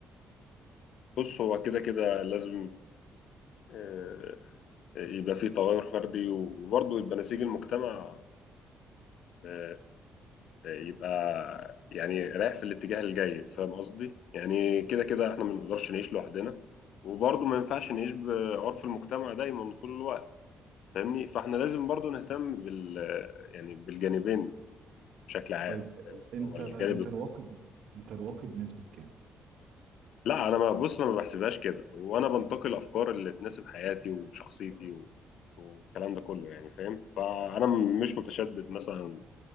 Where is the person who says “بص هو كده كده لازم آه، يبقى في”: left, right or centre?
Left